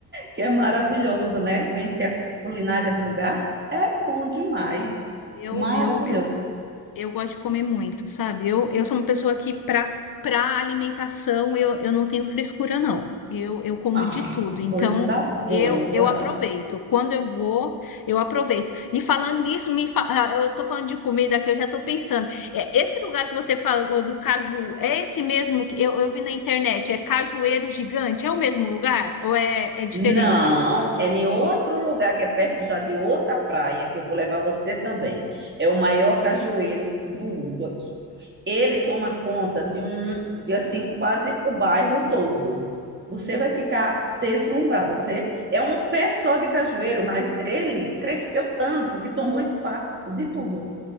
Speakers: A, on the right; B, on the left.
A: que é maravilhoso,
B: Tudo.
A: né? Conhecer a culinária do lugar é bom demais.
B: Eu,
A: Maravilhoso.
B: eu, eu, eu gosto de comer muito, sabe? Eu, eu sou uma pessoa que, para para alimentação, eu, eu não tenho frescura, não. Eu, eu como
A: Ah,
B: de tudo. Então,
A: coisa boa.
B: eu, eu aproveito. Quando eu vou, eu aproveito. E falando nisso, me fa- ah, eu tô falando de comida que eu já tô pensando. É, esse lugar que você falou do caju, é esse mesmo que eu, eu vi na internet? É Cajueiro Gigante? É o mesmo lugar? Ou é, é diferente?
A: Não, é em outro lugar que é perto já de outra praia, que eu vou levar você também. É o maior cajueiro do mundo aqui. Ele toma conta de um, de assim, quase o bairro todo. Você vai ficar deslumbrado. Você é um pé só de cajueiro, mas ele cresceu tanto que tomou espaço de tudo.